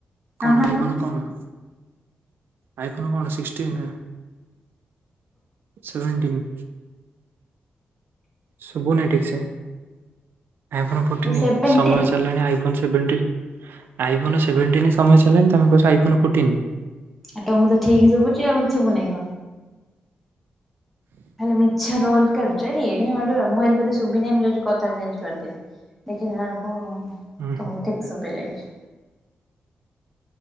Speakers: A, in the centre; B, on the right.
A: ଆଣୁନ
B: କଣ ଆଇଫୋନ
A: ଫୋନ
B: କଣ। ଆଇ ଫୋନ କଣ ସିକସଟିନ୍ ନା ସେଭେନ୍ଟିନ୍। ଶୁବୁନେଇ ଠିକ ସେ, ଆଇଫୋନ ପଟନି
A: ସେଭେଣ୍ଟି
B: ସମାଜ୍ ଆଇଫୋନ୍ ସେଭେନ୍ଟିନ ଆଇଫନ ସେଭେନ୍ଟିନ୍ ସମୟ ଚାଲିଲାଣି ତମେ କହୁଚ ଅଇଫନ ଫୋଟିନ।
A: ଆଉ ତମକୁ ତ ଠିକ ଶୁଭୁଚି ଆଉ ସୁବୁନେଇ କଣ। ଖାଲି ମିଛ ରୋଲ୍ କାଢୁଚ ଆରେ ଏଡେ ମାଡୁଆ ମୁଁ ହାଲି ବୋଧେ ସୁବି ନେଇ ମୁଁ କଥା ଚେଞ୍ଜ କରିଦେବି। ଦେଖିଲାଳୁକୁ
B: ହୁଁ
A: ତମକୁ
B: ହୁଁ
A: ଠିକସୁ ବି ଯାଇଛି।